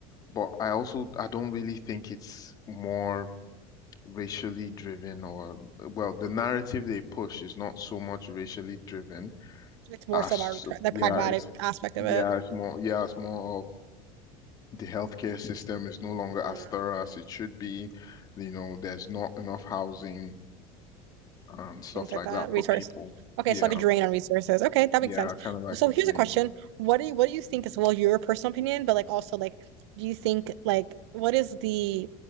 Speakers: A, on the left; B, on the right.
A: But I also I don't really think it's more racially driven or well the narrative they push is not so much racially driven
B: it's more
A: I,
B: so
A: sup-
B: about pr- the
A: yeah,
B: pragmatic
A: it's
B: aspect
A: yeah,
B: of it,
A: it's more yeah, it's more of the healthcare system is no longer as
B: Mm.
A: thorough as it should be. You know, there's not enough housing and stuff
B: things like
A: like
B: that.
A: that
B: Resource.
A: for people.
B: Okay,
A: Yeah,
B: so like a drain on resources. Okay, that
A: yeah,
B: makes sense.
A: kind of like
B: So
A: the
B: here's
A: dream.
B: a question: What do you, what do you think is well your personal opinion, but like also like, do you think like what is the